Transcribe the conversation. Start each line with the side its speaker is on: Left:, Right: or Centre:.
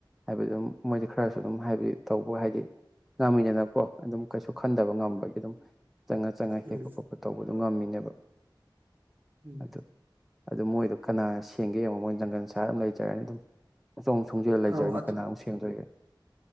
Centre: ꯍꯥꯏꯕꯗꯤ ꯑꯗꯨꯝ ꯃꯣꯏꯗꯤ ꯈꯔꯁꯨ ꯑꯗꯨꯝ ꯍꯥꯏꯕꯗꯤ ꯇꯧꯕ ꯍꯥꯏꯗꯤ ꯉꯝꯃꯤꯗꯅꯀꯣ ꯑꯗꯨꯝ ꯀꯩꯁꯨ ꯈꯟꯗꯕ ꯉꯝꯕꯒꯤ ꯑꯗꯨꯝ ꯆꯪꯉ ꯆꯪꯉ
Right: ꯎꯝ
Centre: ꯍꯦꯛꯄ ꯈꯣꯠꯄ ꯇꯧꯕꯗꯨꯣ ꯉꯝꯃꯤꯅꯦꯕ
Right: ꯎꯝ
Centre: ꯑꯗꯨ ꯑꯗꯨ ꯃꯣꯏꯗꯣ ꯀꯅꯥꯅ ꯁꯦꯡꯒꯦ ꯌꯦꯡꯉꯣ ꯃꯣꯏꯅ ꯖꯪꯒꯜ ꯁꯥꯍꯔ ꯑꯃ ꯂꯩꯇ ꯖꯔꯅꯤ ꯑꯗꯨꯝ ꯑꯆꯣꯡ ꯁꯣꯡꯖꯤꯜꯂ ꯂꯩꯖꯔꯅꯤ
Right: ꯑꯧ
Centre: ꯀꯅꯥꯃꯨꯛ ꯁꯦꯡꯗꯣꯏꯒꯦ